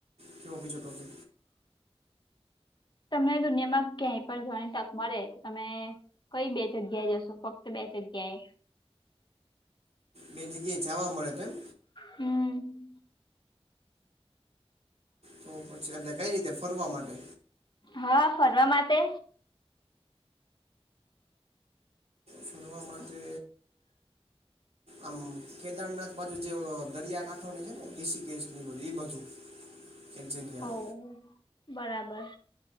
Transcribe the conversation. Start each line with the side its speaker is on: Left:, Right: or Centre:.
Right: કેવો બીજો ટોકે
Left: તમને દુનિયામાં ક્યાંય પણ જોવાની તક મળે તો તમે કઈ બે જગ્યાએ જશો ફક્ત બે જગ્યાએ
Right: બે જગ્યાએ જાવા મળે તો એમ
Left: હમ
Right: તો પછી એટલે કઈ રીતે ફરવા માટે
Left: હા ફરવા માટે
Right: ફરવા માટે આમ કેદારનાથ બાજુ જે દરિયાકાંઠાની છે ને ઋષિકેશ નીધ એ બાજુ
Left: <unintelligible>
Right: એક્ જગયા
Left: ઓ બરાબર